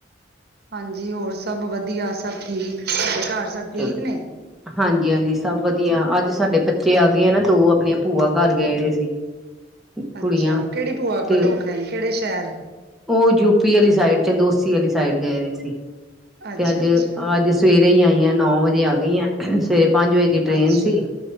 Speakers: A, on the right; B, in the centre.
A: ਹਾਂਜੀ ਹੋਰ ਸਭ ਵਧੀਆ ਸਭ ਠੀਕ, ਤੁਹਾਡੇ ਘਰ ਸਭ ਠੀਕ
B: ਚਲੋ
A: ਨੇ।
B: ਹਾਂਜੀ -ਹਾਂਜੀ, ਸਭ ਵਧੀਆ ਅੱਜ ਸਾਡੇ ਬੱਚੇ ਆ ਗਏ ਆ ਨਾ ਦੋ ਆਪਣੀਆਂ ਭੂਆ ਘਰ ਗਏ ਵੇ ਸੀ। ਕੁੜੀਆਂ
A: ਅੱਛਾ, ਕਿਹੜੀ ਭੂਆ ਕੋਲ
B: ਤੇ
A: ਹੋਕੇ ਆਏ ਕਿਹੜੇ ਸ਼ਹਿਰ?
B: ਉਹ ਯੂਪੀ ਆਲੀ ਸਾਈਡ ਚੰਦੋਸੀ ਆਲੀ ਸਾਈਡ ਗਏ ਹੋਏ ਸੀ।
A: ਅੱਛਾ
B: ਤੇ ਅੱਜ
A: ਅੱਛਾ
B: -ਅੱਜ ਸਵੇਰੇ ਈ ਆਈ ਆ। ਨੌ ਵਜੇ ਆ ਗਈ ਆ। ਸਵੇਰੇ ਪੰਜ ਵਜੇ ਦੀ ਟ੍ਰੇਨ
A: ਅੱਛਾ।
B: ਸੀ